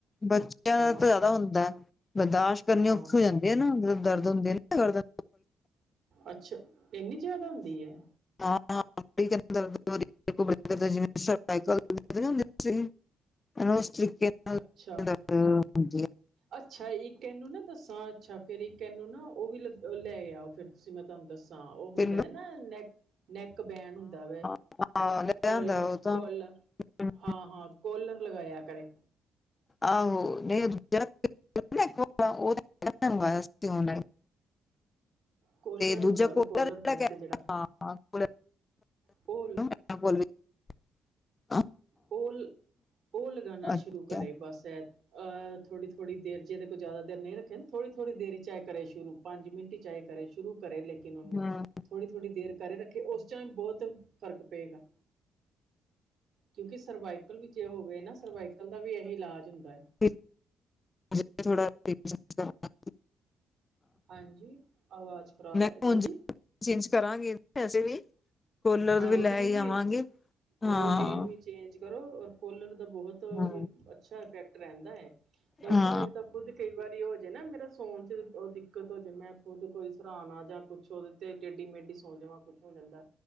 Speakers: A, on the left (about 25°); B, on the right (about 60°).
A: ਬੱਚਿਆਂ
B: ਬੜਾ
A: ਦਾ ਤਾਂ
B: ਔਖਾ
A: ਜਿਆਦਾ ਹੁੰਦੈ, ਬਰਦਾਸ਼ਤ ਕਰਨੀ
B: ਹਾਂ
A: ਔਖੀ ਹੋ ਜਾਂਦੀ। ਏਹ ਨਾ ਜਦੋਂ ਦਰਦ ਹੁੰਦੇ ਆ ਨਾ ਦਰਦ
B: ਅੱਛਾ, ਐਨੀ ਜਿਆਦਾ ਹੁੰਦੀ ਐ?
A: ਹਾਂ <unintelligible> <unintelligible>
B: ਅੱਛਾ
A: ਦਰਦ ਹੁੰਦੀ
B: ਅੱਛਾ, ਇੱਕ ਐਨੂੰ ਨਾ ਦੱਸਾਂ ਅੱਛਾ ਫਿਰ ਇੱਕ ਐਨੂੰ ਨਾ ਓਹ ਵੀ ਲ ਲੈ ਆ ਫਿਰ ਤੁਸੀਂ ਮੈਂ ਤੁਹਾਨੂੰ ਦੱਸ ਤਾਂ ਓਹ
A: ਹੈ
B: ਹੁੰਦਾ ਐ ਨਾ ਨੈਕ-ਨੈਕ ਬੈਨ ਹੁੰਦਾ ਵੈ
A: <unintelligible>
B: ਕੋਲਰ-ਕੋਲਰ
A: ਉਹ ਤਾਂ
B: ਹਾਂ-ਹਾਂ ਕੋਲਰ ਲਗਾਇਆ ਕਰੇ।
A: ਆਹੋ, ਨਈ ਓਹ ਦੂਜੇ ਨਾ <unintelligible> ਓਹ ਮੰਗਾਇਆ ਸੀ ਓਨਲਾਈਨ
B: ਕੋਲਰ
A: ਦੂਜਾ
B: ਹੁੰਦੈ ਓਹਨੂੰ
A: ਕੂਲਰ
B: ਕੋਲਰ
A: ਜਿਹੜਾ
B: ਕਹਿੰਦੇ
A: ਕਹਿ
B: ਜੇਹੜਾ
A: ਹਾਂ। ਕੁਲ
B: ਕੂਲ
A: <unintelligible>
B: ਓਲ ਓ ਲਗਾਨਾ
A: ਅੱਛਾ
B: ਸ਼ੁਰੂ ਕਰੇ ਬਸ ਐ ਐਹ ਥੋੜੀ-ਥੋੜੀ ਦੇਰ ਜੇਹੜੇ ਕੋਈ ਜ਼ਿਆਦਾ ਦੇਰ ਨਹੀਂ ਰੱਖੇ ਨਾ, ਥੋੜੀ-ਥੋੜੀ ਦੇਰ ਚ ਐ ਕਰੇ ਸ਼ੁਰੂ ਪੰਜ ਮਿੰਟ ਈ ਚਾਹੇ ਕਰੇ ਸ਼ੁਰੂ ਕਰੇ ਲੇਕਨ ਨੂੰ
A: ਹਾਂ
B: ਥੋੜ੍ਹੀ-ਥੋੜ੍ਹੀ ਦੇਰ ਕਰੇ ਰੱਖੇ ਓਸ ਚ ਐਨੂੰ ਬੋਤ ਫ਼ਰਕ ਪਏਗਾ। ਕਿਓਂਕਿ ਸਰਵਾਈਕਲ ਵਿੱਚ ਹੋਵੇ ਨਾ ਸਰਵਾਈਕਲ ਦਾ ਵੀ ਐਹੀ ਇਲਾਜ ਹੁੰਦੈ।
A: <inaudible>
B: ਹਾਂਜੀ, ਆਵਾਜ਼ ਖਰਾਬ
A: ਮੈਂ
B: ਆ ਰਈ, ਹਾਂਜੀ
A: ਉਂਝ ਚੇਂਜ ਕਰਾਂਗੀ, ਵੈਸੇ ਵੀ ਕੋਲਰ
B: ਹਾਂ
A: ਵੀ
B: ਰੂਟੀਨ
A: ਲੈ ਈ
B: ਵੀ
A: ਆਵਾਂਗੀ, ਹਾਂ
B: ਰੂਟੀਨ ਵੀ ਚੇਂਜ ਕਰੋ, ਔਰ ਕੋਲਰ ਦਾ ਬਹੋਤ
A: ਹਾਂ
B: ਅੱਛਾ ਇਫੈਕਟ ਰਹਿੰਦਾ ਐ। ਬਲਕਿ
A: ਹਾਂ
B: ਮੇਰੇ ਤਾਂ ਖੁਦ ਕਈ ਵਾਰੀ ਹੋ ਜੇ ਨਾ ਮੇਰਾ ਸੋਣ ਚ ਓਹ ਦਿੱਕਤ ਹੋ ਜੇ, ਮੈਂ ਖੁਦ ਕੋਈ ਸਰਾਣਾ ਜਾਂ ਕੁਛ ਓਹਦੇ ਤੇ ਟੇਡੀ-ਮੇਡੀ ਸੌਂ ਜਾਵਾਂ ਕੁਛ ਹੋ ਜਾਂਦੈ,